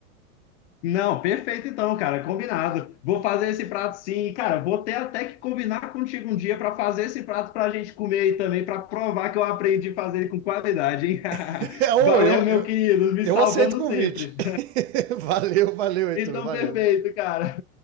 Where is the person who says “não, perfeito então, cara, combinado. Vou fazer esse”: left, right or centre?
Left